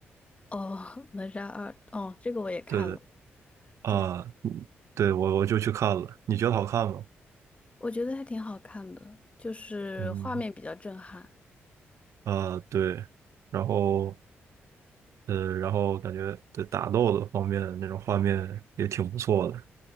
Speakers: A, on the left (about 25°); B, on the right (about 70°).
A: 哦，《哪吒二》哦，这个我也看了，
B: 对对啊，
A: 对，
B: 嗯对我我就去看了，你觉得好看吗？
A: 我觉得还挺好看的，就是画面比较震撼。
B: 嗯啊，对，然后。呃，然后感觉对打斗的方面那种画面也挺不错的。